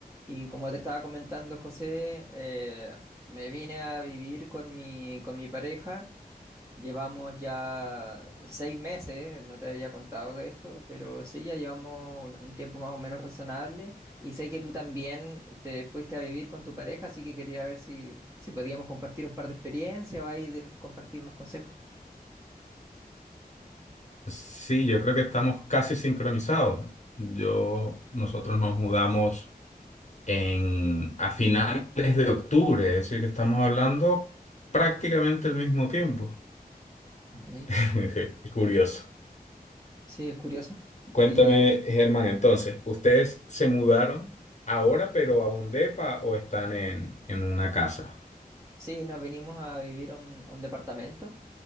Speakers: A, on the right; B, on the left.
A: Y como te estaba comentando, José, eh, me vine a vivir con mi, con mi pareja. Llevamos ya seis meses, no te había contado de esto, pero sí, ya llevamos un, un tiempo más o menos razonable. Y sé que tú también te fuiste a vivir con tu pareja, así que quería ver si, si podíamos compartir un par de experiencias o ahí de- compartir unos consejos.
B: Sí, yo creo que estamos casi sincronizados. Yo, nosotros nos mudamos en, a finales de octubre, es decir, que estamos hablando prácticamente al mismo tiempo.
A: Ok,
B: <laughs> Qué curioso.
A: sí, es curioso.
B: Cuéntame,
A: Y
B: Germán, entonces, ¿ustedes se mudaron ahora, pero a un depa o están en, en una casa?
A: sí, nos venimos a vivir a un, a un departamento.